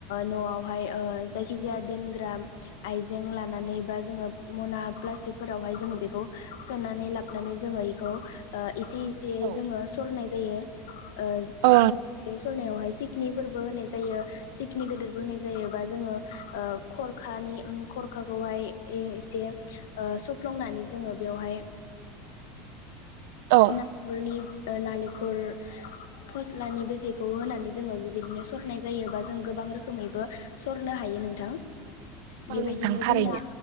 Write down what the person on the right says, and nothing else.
औ
औ
औ
<inaudible>
नोंथां थारैनो